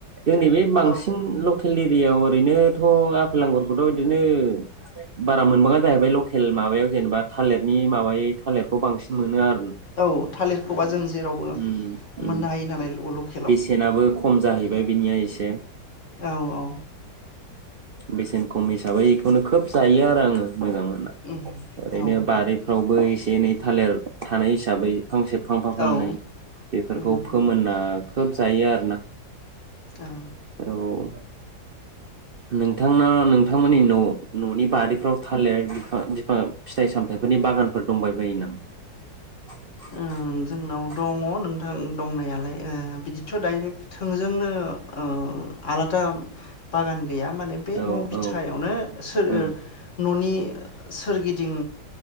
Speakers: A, on the right; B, on the left.
A: दिनै बे बांसिन
B: औ
A: लक जोंनि बियाव ओरैनोथ' आफेल आंगरखौथ' बिदिनो बारा मोनबाङा जाहैबाय लकेल माबायाव जेनेबा थालिरनि माबायै थालिरखौ बांसिन मोनो आरो
B: औ थालिरखौबा जों जेरावबो
A: उम उम
B: मोननो हायो नालाय लक
A: बेसेनाबो खम खम जाहैबाय बिनिया इसे
B: औ औ
A: बेसेन खम हिसाबै बेखौनो खोब जायो आरो आङो मोजां मोनना
B: उम
A: ओरैनो
B: औ
A: बारिफ्रावबो एसे एनै थालिर थानाय हिसाबैखां फांसे फांफा फांनै
B: औ
A: बेफोरखौ
B: उम
A: फोमोनना खोब जायो आरो ना
B: औ
A: औ नोंथाङा नोंथांमोननि न' न'नि बारिफोराव थालिर बिफां बिफां फिथाइ सामथायाइफोरनि बागानफोर दंबायबायो नामा
B: ओ जोंनाव दङ नोंथां दंनायालाय ओ बिदिथ' दाइरेक्ट थोंजोंनो अ आलादा बागान गैया माने बे
A: औ
B: न' बिथथायावनो
A: औ
B: सोर
A: ओं
B: न'नि सोरगिदिं